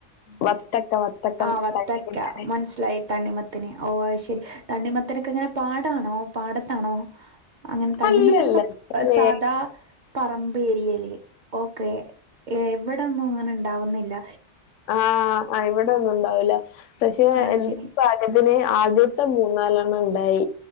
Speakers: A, on the left; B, on the right.
A: വത്തക്ക വത്തക്ക
B: ആ വത്തക്ക
A: ഭയങ്കര
B: മനസ്സിലായി തണ്ണിമത്തിനെ ഓ അത് ശരി തണ്ണിമ ത്തനക്കെ ഇങ്ങനെ പാടാണോ പാടത്താണോ അങ്ങനെ തണ്ണിമത്തനൊക്കെ
A: അല്ലല്ല അതെ
B: സാദാ പറമ്പ് പേരിയല്ലേ ഓക്കെ ഏ എവിടൊന്നും അങ്ങനെ ഉണ്ടാവുന്നില്ല
A: ആ ആ ഇവിടെ ഒന്നും ഉണ്ടാവൂല്ല പക്ഷെ
B: ആ
A: എന്ത
B: ശരി
A: പാലത്തിന് ആദ്യ ഇ മൂന്നാലെണ്ണം ഉണ്ടായി